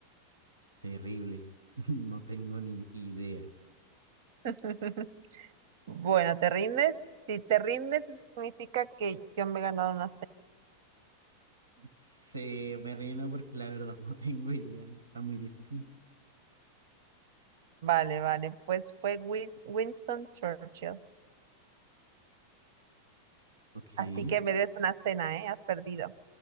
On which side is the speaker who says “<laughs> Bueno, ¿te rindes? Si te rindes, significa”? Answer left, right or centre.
Right